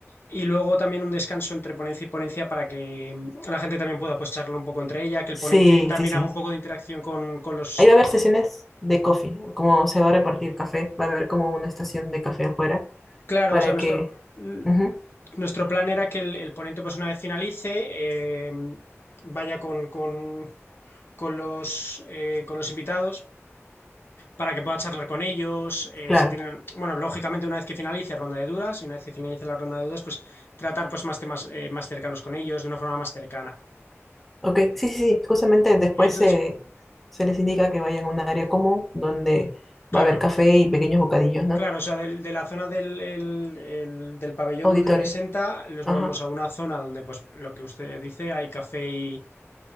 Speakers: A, on the left; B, in the centre.
A: Y luego también un descanso entre ponencia y ponencia para que mm, la gente también pueda pues charlar un poco entre ella, que el
B: sí,
A: ponente también
B: sí, sí.
A: haga un poco de interacción con, con los...
B: Ahí va a haber sesiones de coffee, como se va a repartir café, va a haber como una estación de café afuera
A: Claro,
B: para
A: o sea, nuestro,
B: que...
A: mm,
B: Ujú,
A: nuestro plan era que el, el ponente pues una vez finalice, eh, vaya con, con con los, eh, con los invitados para que pueda charlar con ellos. eh,
B: claro.
A: si tienen, bueno, lógicamente una vez que finalice ronda de dudas y una vez que finalice la ronda de dudas, pues tratar pues más temas eh, más cercanos con ellos de una forma más cercana.
B: Ok, sí, sí, sí, justamente después
A: Entonces,
B: se, se les indica que vayan a un área común donde
A: claro,
B: va a haber café y pequeños bocadillos, ¿no?
A: claro, o sea, del- de, la zona del, el- el- del pabellón
B: Auditorio,
A: donde presenta, los
B: ajá,
A: movemos a una zona donde pues lo que usted dice, hay café y,